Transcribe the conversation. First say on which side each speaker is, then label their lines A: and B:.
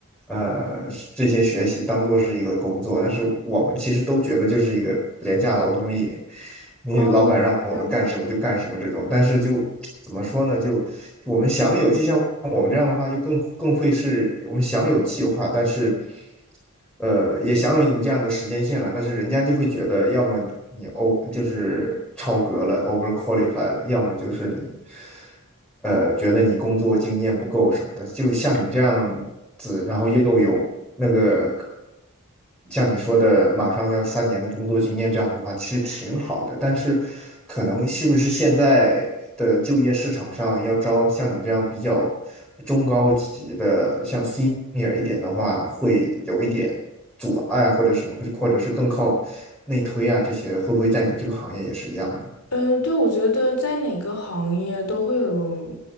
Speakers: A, in the centre; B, on the left.
A: 呃这些学习当做是一个工作，但是我们其实都觉得就是一个廉价劳动力，你老板让我们干什么就干什么这种，
B: 哦，这样子。
A: 但是就怎么说呢？就我们享有，就像我们这样的话，就更更会是我们享有计划，但是。呃，也享有你这样的时间线了，但是人家就会觉得，要么你 o 就是超格了，over qualify 了，要么就是你，呃，觉得你工作经验不够什么的，就像你这样子，然后又有那个像你说的马上要三年的工作经验这样子的话，其实挺好的。但是，可能是不是现在的就业市场上要招像你这样比较中高级的，像 senior 一点的话，会有一点阻碍或者什么，或者是更靠内推啊这些的，会不会在你这个行业也是一样的？
B: 嗯，对，我觉得在哪个行业都会有，